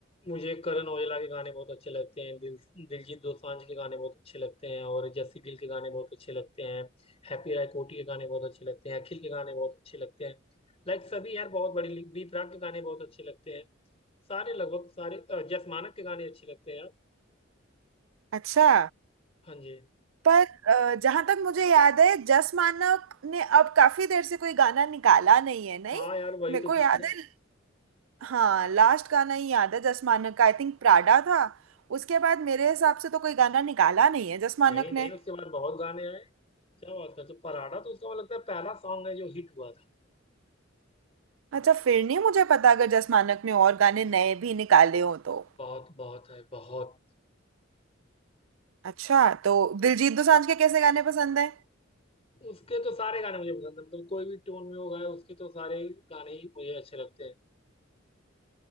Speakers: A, on the left; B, on the right.
A: मुझे करण औजला के गाने बहुत अच्छे लगते हैं दिल दिलजीत दोसांझ के गाने बहुत अच्छे लगते हैं और जस्सी गिल के गाने बहुत अच्छे लगते हैं हैप्पी राय कोटी के गाने बहुत अच्छे लगते हैं अखिल के गाने बहुत अच्छे लगते हैं लाइक सभी यार बहुत बड़ी लीग बी प्राक के गाने बहुत अच्छे लगते हैं सारे लगभग सारे अ, जस मानक के गाने अच्छे लगते हैं यार
B: अच्छा
A: हाँ जी
B: पर जहां तक मुझे याद है जस मानक ने अब काफी देर से कोई गाना निकाला नहीं है नहीं
A: हाँ यार वही
B: मेरे
A: तो
B: को
A: दुख
B: याद
A: है
B: है हाँ लास्ट गाना ही याद है जस मानक का आई थिंक प्राडा था उसके बाद मेरे हिसाब से तो कोई गाना निकाला नहीं है जस मानक
A: नहीं नहीं
B: ने
A: उसके बाद बहुत गाने आए क्या बात करते हो? पराठा तो उसका मुझे लगता है पहला सॉन्ग है जो हिट हुआ था
B: अच्छा फिर नहीं मुझे पता अगर जस मानक ने और गाने नए भी निकाले हो तो
A: बहुत बहुत है बहुत
B: अच्छा तो दिलजीत दोसांझ के कैसे गाने पसंद है
A: उसके तो सारे गाने मुझे पसंद है मतलब कोई भी टोन में वो गाए उसके तो सारे ही गाने ही मुझे अच्छे लगते हैं